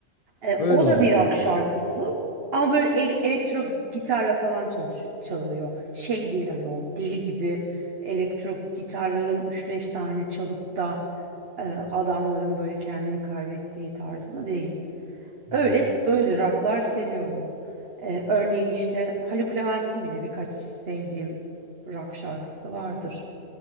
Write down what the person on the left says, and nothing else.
Öyle
oluyor
zaten.
Hmm.